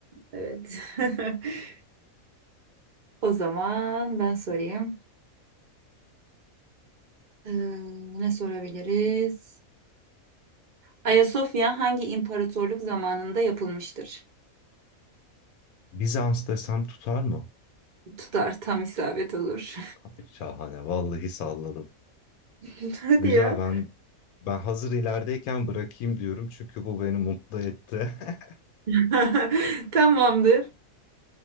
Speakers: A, on the right; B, on the left.
A: Evet. <laughs> O zaman ben sorayım. Ee, ne sorabiliriz? Ayasofya hangi imparatorluk zamanında yapılmıştır?
B: Bizans desem tutar mı?
A: Tutar, tam isabet olur.
B: Abi Şahane. Vallahi salladım.
A: <laughs> Hadi
B: Güzel
A: ya.
B: ben ben hazır ilerideyken bırakayım diyorum çünkü bu beni mutlu etti. <laughs>
A: <laughs> Tamamdır.